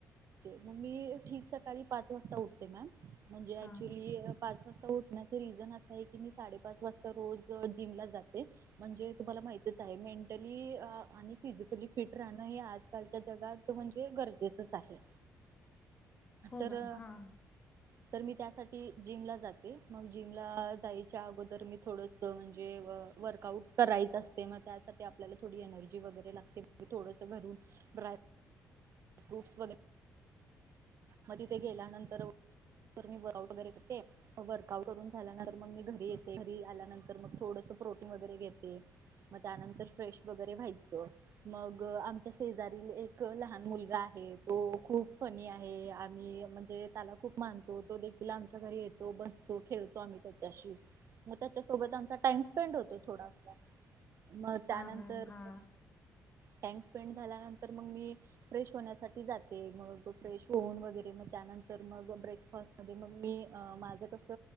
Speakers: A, on the right; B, on the left.
A: मं, मी, ठीक सकाळी पाच वा उठते मॅम. म्हणजे
B: हां
A: ऍक्च्युली पाच तसं उठण्याचं रिझन आहे. हे आहे कीं, मी साडे पाच वाजता रोज जिमला जाते. म्हणजे तुम्हाला माहीतच आहे, मेंटली.. आनी फिजिकली फिट राहणं हे आजकालच्या जगात म्हणजे गरजेचंच आहे.
B: हो
A: तर..
B: मॅम हां
A: तर मी त्यात कधी जिमला जात के... मग जिमला जायच्या अगोदर मी थोडस म्हणजे, व.. वर्क आउट करायच असं ते मग त्यासाठी आपल्याला थोडी एनर्जी वगैरे लागते, मं थोडेसे घरून ब्राय फ्रूट्स वले. मग तिथे गेल्यानंतर मी वर्क आऊट वैगरे करते. वर्क आऊट करून झाल्यानंतर मी घरी येते. घर आल्यानंतर मग थोडेसे प्रोटीन वैगरे घेते. मं त्यांनतर फ्रेश वैगरे व्हायचं. मग आमच्या शेजारील एक लहान लगा आहे. तो खूप फनी आहे. आम्ही.. म्हणजे.. त्याला खूप मानतो तो. दे तिला आमच्या घरी येतो, बसतो, खेळतो आम्ही त्याच्याशी. मं त्याच्यासोबत आमचा.... टाइम स्पेंड होतो थोडासा. मग त्यानंतर
B: हा मॅडम हा
A: टाइम स्पेंड झाल्यानंतर मग मी फ्रेश होण्यासाठी जाते, मग फ्रेश होऊन वगैरे, मग त्यानंतर मग ब्रेकफास्ट मग मी माझं कस